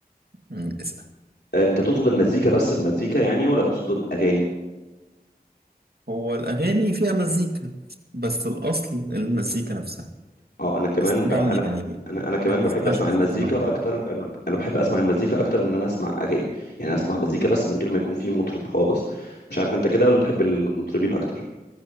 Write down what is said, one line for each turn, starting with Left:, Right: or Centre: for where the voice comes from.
Right: مم، اسأل
Left: آه، انت تقصد المزيكا بس المزيكا يعني ولا تقصد الاغاني
Right: هو الاغاني فيها مزيكا بس الاصل المزيكا نفسها
Left: اه انا كمان
Right: بس طبعا
Left: ب... انا
Right: يعني
Left: انا انا كمان
Right: ما بنسمعش
Left: بحب اسمع
Right: مزيكا
Left: المزيكا
Right: واحدة
Left: اكتر انا انا بحب اسمع المزيكا اكتر من ان انا اسمع اغاني يعني اسمع مزيكا بس من غير ما يكون في مطرب خالص مش عارف انت كده ولا تحب المطربين اكتر